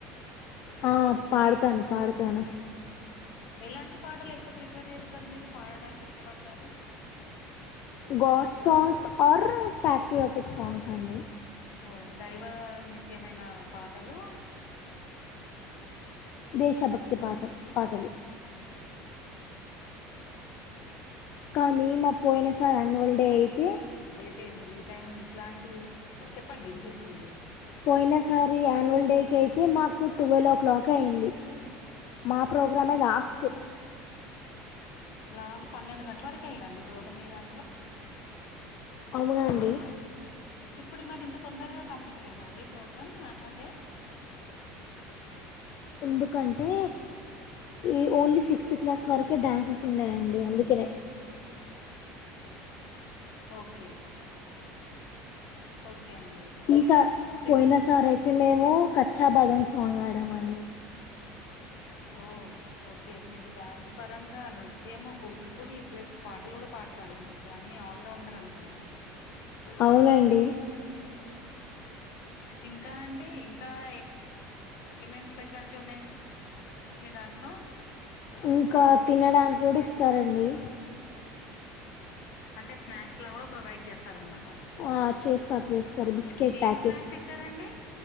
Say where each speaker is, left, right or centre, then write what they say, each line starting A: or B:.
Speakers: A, on the left; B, on the left.
A: ఆ పాడతాను పాడతాను
B: ఎలాంటి పాటలు ఎక్కువ ప్రిఫర్ చేస్తారు మీరు పాడడానికి ఇష్టపడతారు
A: god songs or patriotic songs అండి
B: ఓ దైవ నిత్యమైన పాటలూ
A: దేశభక్తి పాతలు పాటలు కానీ మా పోయిన సార్ అన్వల్ డే అయితే
B: తే మీరు ఈ టైం ఇట్లాంటి చెప్పండి వినిపిస్తుంది
A: పోయిన సారి యాన్యువల్ డేకి అయితే మాకు ట్వుల్వ్ఓ క్లాక్ అయింది మా ప్రోగ్రామే లాస్ట్
B: లా పన్నెండు గంటల వరకు అయిందండి ప్రోగ్రాం మీ దాంట్లో
A: అవునండి
B: ఇప్పుడు మరి ఇంత తొందరగా కంప్లీట్ అయిందండి ప్రోగ్రామ్ ఆన్యువల్ డే
A: ఎందుకంటే ఈ ఓన్లీ సిక్స్త్ క్లాస్ వరకే డాన్సెస్ ఉన్నాయండి అందుకనే
B: ఓకే ఓకే అండి
A: ఈసా
B: సిక్స్త్
A: పోయిన సార్ అయితే మేము కచ్చా బదం సాంగ్ <unintelligible> ఆడామండి
B: ఓ ఓకే మీరు డ్యాన్స్ పరంగా నృత్యము కూచిపూడి ప్లస్ పాటలు కూడా పాడు తరు మీకు అన్నీ ఆల్రౌండర్ అనుకుంటా
A: అవునండి
B: ఇంకా అండి ఇంకా ఏ ఏమేమి స్పెషాలిటీ ఉన్నాయి మీ దాంట్లో
A: ఇంకా తినడానికి కూడా ఇస్తారండి
B: అంటే స్నాక్స్ లా కూడా ప్రొవైడ్ చేస్తారనమాట
A: ఆ చేస్తారు చేస్తారు బిస్కెట్
B: ఏం
A: ప్యాకెట్స్
B: స్నాక్స్ ఇచ్చారండి